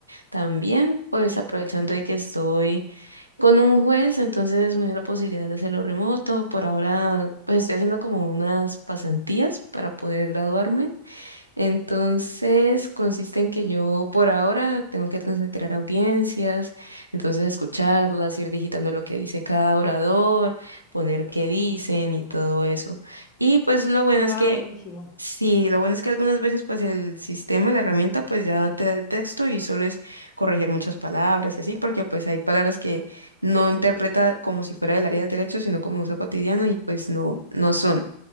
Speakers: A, on the right (about 85°); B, on the left (about 25°).
A: También, pues
B: Perfecto.
A: aprovechando de que estoy con un juez, entonces me dio la posibilidad de hacerlo remoto. Por ahora, pues estoy haciendo como unas pasantías para poder graduarme. Entonces, consiste en que yo por ahora tengo que transliterar audiencias, entonces escucharlas, ir digitando lo que dice cada orador, poner qué dicen y todo eso. Y pues lo bueno
B: Wow,
A: es que
B: buenísimo.
A: Sí, lo bueno es que algunas veces pues el sistema, la herramienta pues ya te da el texto y solo es corregir muchas palabras y así, porque pues hay palabras que no interpreta como si fuera del área del derecho, sino como uso cotidiano y pues no, no son.